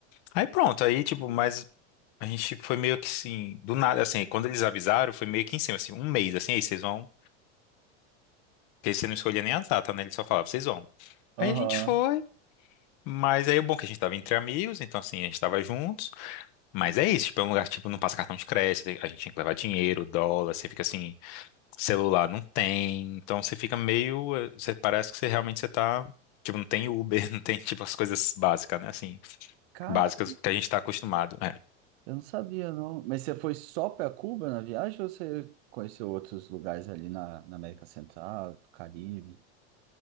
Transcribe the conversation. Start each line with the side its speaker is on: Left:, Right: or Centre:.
Left: Aí pronto, aí tipo, mas a gente foi meio que assim, do nada, assim, quando eles avisaram, foi meio que em cima, assim, um mês, assim, aí vocês vão, porque você não escolhia nem a data, né? Eles só falavam, vocês vão.
Right: Aham.
Left: Aí a gente foi, mas aí o bom é que a gente tava entre amigos, então assim, a gente tava juntos, mas é isso, tipo, é um lugar que tipo, não passa cartão de crédito, a gente tinha que levar dinheiro, dólar, você fica assim, celular não tem, então você fica meio, eh, você parece que você realmente você tá, tipo, não tem Uber, <laughs> não tem, tipo, as coisas básicas, né, assim,
Right: Cara,
Left: básicas que a gente tá acostumado, é.
Right: eu não sabia, não. Mas você foi só pra Cuba na viagem ou você conheceu outros lugares ali na, na América Central, do Caribe?